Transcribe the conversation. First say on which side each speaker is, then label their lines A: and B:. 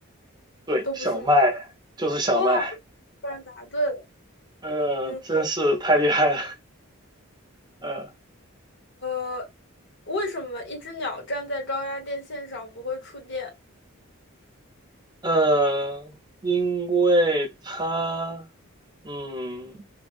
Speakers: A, on the right (about 20°); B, on the left (about 55°).
A: 对，
B: 都不是吗？
A: 小麦，就是小麦。
B: 哇，突然答对了。
A: 呃，
B: 嗯，
A: 真是太厉害了。呃。
B: 呃，为什么一只鸟站在高压电线上不会触电？
A: 呃，因为他，嗯，